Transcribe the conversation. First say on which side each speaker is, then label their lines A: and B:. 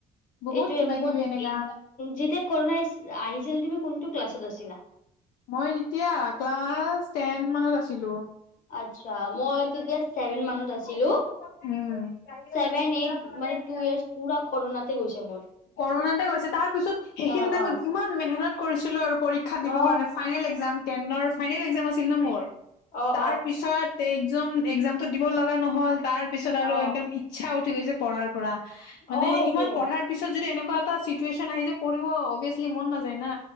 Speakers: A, on the left; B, on the left.
A: বহুত
B: এইটো
A: কিবা
B: উম,
A: কিবি এনেকা
B: যেতিয়া কৰণা আহিছিল তুমি কোনটো ক্লাছত আছিলা।
A: মই এতিয়া ক্লাছ টেন মানত আছিলো।
B: আচছা
A: কৰোণাতে
B: মই তেতিয়া চছেভেন মানত আছিলো। ছেভেন এইট মানে টু ইয়াৰ পুৰা কৰণাতে গৈছে মোৰ।
A: কৰণাতে গৈছে তাৰ পিছত সেইখিনি
B: অ',
A: টাইমত
B: অ'।
A: য ইমান মেঘেলত কৰিছিলো আৰু পৰীক্ষা
B: অ',
A: দিবৰ কাৰণে ফাইনেল একাম টেনৰ ফাইনেল এক্সাম আছিল ন মোৰ
B: অ',
A: তাৰ পিছত একজাম এক্সামতো দিব লগা নহল। তাৰ পিছত
B: অ',
A: আৰু
B: অ',
A: একদম ইচ্ছা উঠি গৈছে পঢ়াৰ পৰা মানে
B: অ', এইটোয়ে
A: ইমান পঢ়াৰ পিছত যদি এনেকুৱা নে এটা চিটুৱেচন আহি যে পঢ়িব অভিয়চলি মন নাযায় না।